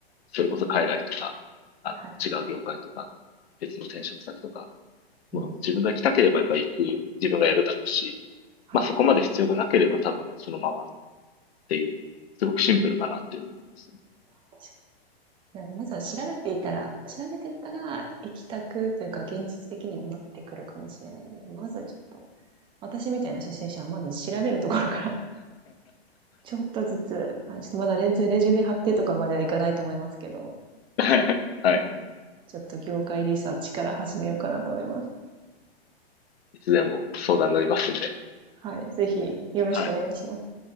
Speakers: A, on the left; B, on the right.
A: それこそ海外とか、あの、
B: はい。
A: 違う業界とか、別の転職先とか、もう自分が来たければやっぱり行く、
B: うん。
A: 自分がやるだろうし、
B: はい。
A: まあそこまで必要がなければ多分そのままっていう、すごくシンプルかなっていうのを思いますね。
B: 確かでもまずは調べていたら、調べていったら、行きたくというか現実的にもなってくるかもしれないので、まずちょっと、私みたいな初心者はまず調べるところからちょっとずつ、はい、ちょっとまだレンレジュメ貼ってとかまではいかないと思いますけど、
A: <laughs> はい。
B: はい。ちょっと業界リサーチから始めようかなと思います。
A: いつでも相談乗りますんで。
B: はい。ぜひ、よろしくお願いします。
A: はい。